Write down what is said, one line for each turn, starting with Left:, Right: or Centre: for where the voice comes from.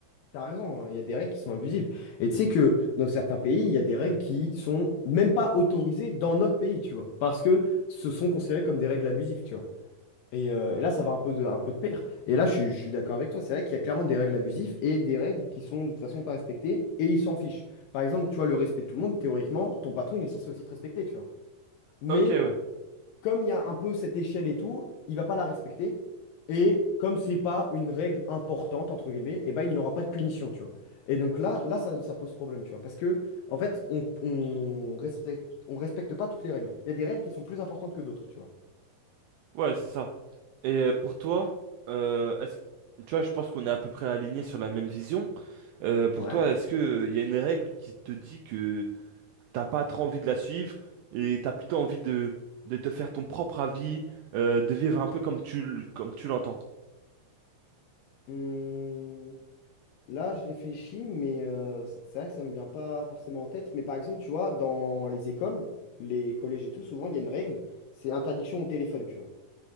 Left: T'as raison, hein, il y a des règles qui sont abusives. Et tu sais que dans certains pays, il y a des règles qui sont même pas autorisées dans notre pays, tu vois, parce que ce sont considérées comme des règles abusives, tu vois. Et, euh, et là, ça va un peu de, un peu de pair. Et là, je, suis je suis d'accord avec toi, c'est vrai qu'il y a clairement des règles abusives et des règles qui sont de toute façon pas respectées, et ils s'en fichent. Par exemple, tu vois, le respect de tout le monde, théoriquement, ton patron, il est censé aussi te respecter, tu vois. Mais
Right: Ok, ouais.
Left: comme il y a un peu cette échelle et tout, il va pas la respecter. Et comme c'est pas une règle importante, entre guillemets, et ben il n'aura pas de punition, tu vois. Et donc là, là ça, ça pose problème, tu vois. Parce que, en fait, on, on respecte, on respecte pas toutes les règles. Il y a des règles qui sont plus importantes que d'autres, tu vois.
Right: Ouais, c'est ça. Et euh, pour toi, euh, est-ce- tu vois, je pense qu'on est à peu près alignés sur la même vision. Euh, pour
Left: Ouais.
Right: toi, est-ce que euh, il y a une règle qui te dit que t'as pas trop envie de la suivre et t'as plutôt envie de, de te faire ton propre avis, euh, de vivre un peu comme tu, l- comme tu l'entends?
Left: Hum, là, je réfléchis, mais euh, c- c'est vrai que ça me vient pas forcément en tête. Mais par exemple, tu vois, dans les écoles, les collèges et tout, souvent, il y a une règle, c'est interdiction au téléphone, tu vois.